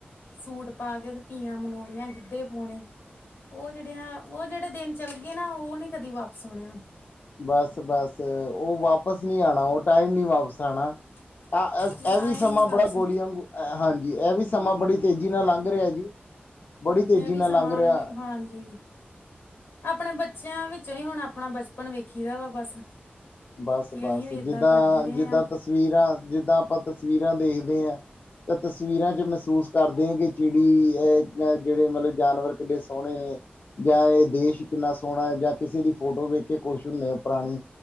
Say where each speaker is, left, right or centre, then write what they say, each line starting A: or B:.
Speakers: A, on the left (about 90°); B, on the left (about 55°).
A: ਸੂਟ ਪਾ ਕੇ ਤੇ ਤੀਆਂ ਮਨਾਉਣੀਆਂ, ਗਿੱਧੇ ਪਾਉਣੇ, ਉਹ ਜਿਹੜੀਆਂ ਉਹ ਜਿਹੜੇ ਦਿਨ ਚੱਲ ਗਏ ਨਾ, ਉਹ ਨੀ ਕਦੀ ਵਾਪਿਸ ਆਉਣੇ ਹੁਣ।
B: ਬਸ ਬਸ, ਉਹ ਵਾਪਿਸ ਨਹੀਂ ਆਉਣਾ ਉਹ ਟਾਈਮ ਨੀ ਵਾਪਸ ਆਉਣਾ, ਇਹ
A: ਉਹ ਟਾਈਮ
B: ਵੀ ਸਮਾਂ
A: ਨਹੀਂ ਵਾਪਸ
B: ਬੜਾ ਗੋਲੀ ਆਂਗੂ ਹਾਂਜੀ' ਇਹ ਵੀ ਸਮਾਂ ਬੜੀ ਤੇਜ਼ੀ ਨਾਲ ਲੰਘ ਰਿਹਾ ਜੀ। ਬੜੀ ਤੇਜ਼ੀ
A: ਇਹ ਵੀ
B: ਨਾਲ
A: ਸਮਾਂ,
B: ਲੰਘ ਰਿਹਾ
A: ਹੁਣ 'ਹਾਂਜੀ। ਆਪਣੇ ਬੱਚਿਆਂ ਵਿੱਚੋਂ ਹੀ, ਹੁਣ ਆਪਣਾ ਬਚਪਨ ਵੇਖੀ ਦਾ ਵਾ ਬਸ।
B: ਬਸ
A: ਕਿ
B: ਬਸ
A: ਅਸੀਂ ਵੀ ਇੱਦਾਂ
B: ਜਿੱਦਾਂ,
A: ਕਰਦੇ ਰਹੇ
B: ਜਿੱਦਾਂ
A: ਹਾਂ
B: ਤਸਵੀਰਾਂ, ਜਿੱਦਾਂ ਆਪਾਂ ਤਸਵੀਰਾਂ ਦੇਖਦੇ ਹਾਂ ਤਾਂ ਤਸਵੀਰਾਂ 'ਚ ਮਹਿਸੂਸ ਕਰਦੇ ਆ ਕਿ ਚਿੜੀ, ਅ ਜਿਹੜੇ ਮਤਲਬ ਜਾਨਵਰ ਕਿੱਡੇ ਸੋਹਣੇ ਨੇ ਜਾਂ ਇਹ ਦੇਸ਼ ਕਿੰਨਾ ਸੋਹਣਾ, ਜਾਂ ਕਿਸੇ ਦੀ ਫੋਟੋ ਵੇਖ ਕੇ ਖੁਸ਼ ਹੁੰਨੇ ਆ ਪੁਰਾਣੀ